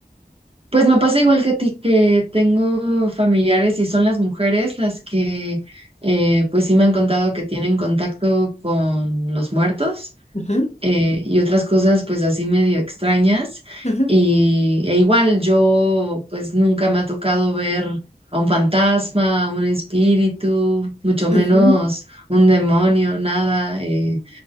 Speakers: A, on the right; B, on the left.
A: Pues me pasa igual que a ti, que tengo familiares y son las mujeres las que, eh, pues sí me han contado que tienen contacto con los muertos.
B: Ujú,
A: eh, y otras cosas pues así medio extrañas.
B: ujú,
A: Y e igual yo pues nunca me ha tocado ver a un fantasma, a un espíritu, mucho menos
B: ujú.
A: un demonio, nada. eh,